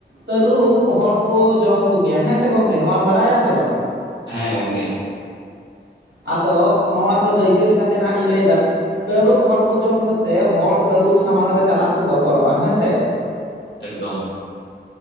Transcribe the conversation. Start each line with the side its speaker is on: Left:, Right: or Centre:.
Right: ᱛᱟᱹᱨᱩᱵ ᱦᱚᱲ ᱠᱚ ᱡᱚᱢ ᱠᱚᱜᱮᱭᱟ ᱦᱮᱸ ᱥᱮ ᱜᱚᱝᱠᱮ ᱱᱚᱣᱟᱢ ᱵᱟᱲᱟᱭᱟ ᱥᱮ ᱵᱟᱝ?
Left: ᱦᱮᱸ ᱜᱚᱝᱠᱮ ᱾
Right: ᱟᱫᱚ ᱱᱚᱣᱟ ᱫᱚ ᱫᱟᱹᱭᱠᱟᱹ ᱞᱮᱠᱟᱛᱮ ᱱᱟᱦᱟᱜ ᱤᱧ ᱞᱟᱹᱭ ᱮᱫᱟ ᱾ ᱛᱟᱹᱨᱩᱵ ᱦᱚᱲ ᱠᱚ ᱡᱚᱢ ᱠᱚᱛᱮ ᱦᱚᱲ ᱛᱟᱹᱨᱩᱵ ᱥᱟᱢᱟᱝ ᱨᱮ ᱪᱟᱞᱟᱜ ᱠᱚ ᱵᱚᱛᱚᱨᱚᱜᱼᱟ ᱦᱮᱸ ᱥᱮ ᱾
Left: ᱮᱠᱫᱚᱢ ᱾